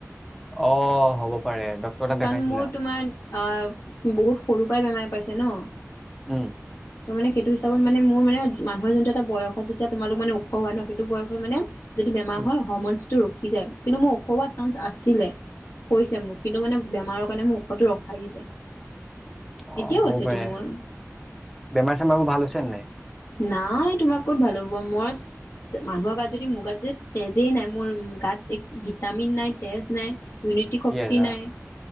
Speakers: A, in the centre; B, on the left (about 75°).
A: অ', হ'ব পাৰে। ডক্তৰ তাত দেখাইছিলা?
B: কাৰণ মোৰ তোমাৰ অহ, বহুত সৰু উপায় বেমাৰ পাইছে ন
A: উম।
B: ত মানে সেইটো হিচাপত মানে মোৰ মানে মানুহৰ যোনটো এটা বয়সত যেতিয়া তোমালোক মানে ওখ হোৱা ন, সেইটো বয়সত মানে যদি বেমাৰ
A: উম।
B: হয় হৰমনছটো ৰ, <unintelligible> কিন্তু মোৰ ওখ হোৱা চান্স আছিলে, কৈছে মোক কিন্তু মানে বেমাৰৰ কাৰণে মোক ওখটো ৰখাই দিলে।
A: অ',
B: এতিয়াও
A: হ'ব
B: আছেতো
A: পাৰে।
B: মোৰ
A: বেমাৰ চেমাৰ বোৰ ভাল হৈছে নাই?
B: নাই তোমাক ক'ত ভাল হ'ব। মই মানুহৰ গাত যদি মোৰ গাত যে তেজেই নাই মোৰ গাত এক ভিটামিন নাই তেজ নাই। দুৰ্নীতি শক্তি
A: ইয়েছ অ'।
B: নাই